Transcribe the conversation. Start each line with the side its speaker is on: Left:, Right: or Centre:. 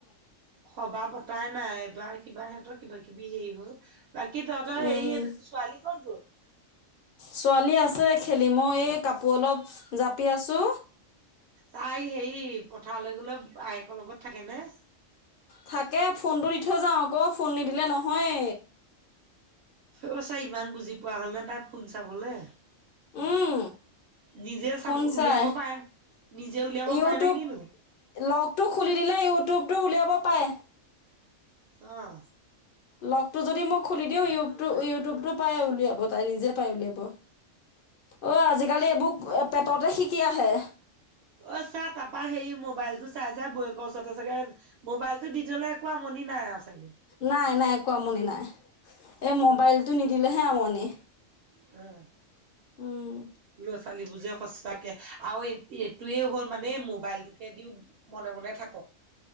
Right: সবাহ পতাই নাই এইবাৰ কিবা সিহঁতৰ কিবা কিবি হেই হ'ল বাকী তহঁতৰ
Left: উম
Right: হে ছোৱালী ক'ত গ'ল?
Left: ছোৱালী আছে খেলি মই এই কাপোৰ অলপ জাপি আছো।
Right: তাই হেৰি পথাৰলৈ গ'লে বাইয়েকৰ লগত থাকেনে!
Left: থাকে ফোনটো দি থৈ যাওঁ আকৌ ফোন নিদিলে নহয়ে।
Right: অ ছাই ইমান বুজি পোৱা হ'ল ন তাই ফোন চাবলে।
Left: উম
Right: নিজে
Left: ফোন
Right: চাব উলিয়াব
Left: চাই
Right: পাৰে, নিজে উলিয়াব
Left: ইউটিউব
Right: পাৰে নে কিনু!
Left: লগটো খুলি দিলে ইউটিউবটো উলিয়াব পাৰে।
Right: অৱ।
Left: লগতটো যদি মই খুলি দিওঁ ইউ ইউটিউবতটো পাই উলিয়াব তাই নিজে পাই উলিয়াব। অ আজিকালি এইবোৰ পেটতে শিকি আহে।
Right: অ চাৰ্ট তাৰপা হেৰি মোবাইল টো চাই যাই বয়েকৰ ওচৰতে থাকে মোবাইলতটো দি থ'লে একো আমনি নাই আৰু চাগে
Left: নাই নাই একো আমনি নাই এই মোবাইলটো
Right: অ',
Left: নিদিলেহে আমনি।
Right: হে
Left: উম।
Right: ল'ৰা ছোৱালীবোৰে যে সচাঁকে আৰু এইটোৱে হ'ল মানে মোবাইলটোকে দিওঁ মনে মনে থাকক।